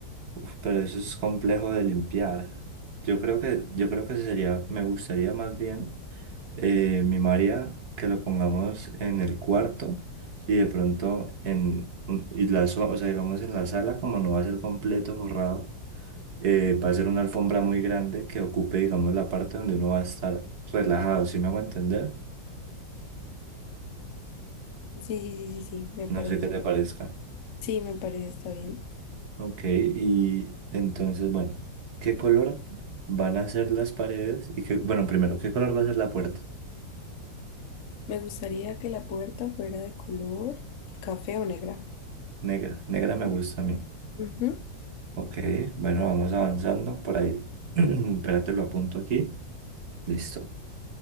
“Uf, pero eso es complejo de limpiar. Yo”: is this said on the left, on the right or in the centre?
Right